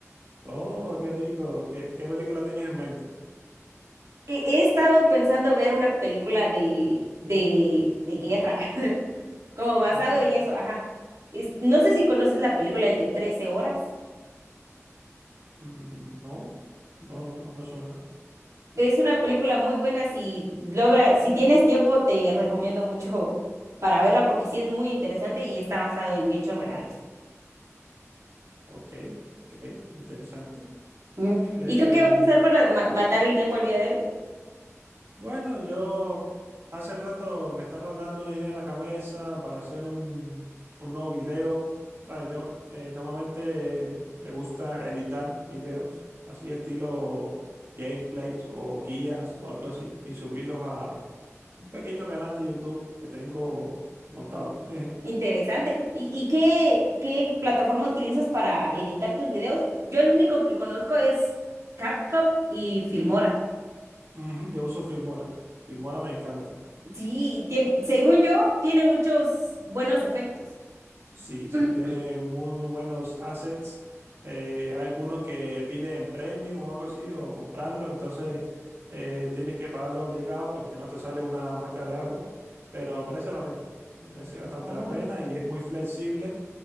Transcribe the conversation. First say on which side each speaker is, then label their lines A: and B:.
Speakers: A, on the right; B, on the right.
A: Oh, qué rico. ¿Qué, qué película tienes en mente?
B: he, he estado pensando ver una película de, de, de guerra, <laughs> como basado
A: Oh,
B: en eso, ajá. Es- no sé si conoces la película El de 13 horas.
A: mm, no, no, no, no me suena.
B: Es una película muy buena, si logra, si tienes tiempo, te recomiendo mucho para verla porque sí es muy interesante y está basado en hechos reales.
A: Ok, ok, interesante.
B: Ujú.
A: Eh,
B: ¿Y tú qué vas a hacer para ma- matar el tiempo el día de hoy?
A: Bueno, yo hace rato me está rondando una idea en la cabeza para hacer un, un nuevo video. O sea, yo eh, normalmente me gusta editar videos así estilo gameplays o guías o algo así y subirlos a un pequeño canal de YouTube que tengo montado.
B: Inter-
A: <laughs>
B: Interesante. ¿Y, y qué, qué plataforma utilizas para editar tus videos? Yo el único que conozco es CapCut y Filmora.
A: Ujú, Yo uso Filmora. Filmora me encanta.
B: Sí, tien- según yo, tiene muchos buenos efectos.
A: Sí, sí,
B: <clears throat>
A: tiene muy buenos assets. Eh, hay algunos que piden premium o algo así, o comprarlo, entonces eh, tienes que pagarlo obligado porque si no te sale una marca de agua, pero merece la pena, merece bastante
B: Oh.
A: la pena y es muy flexible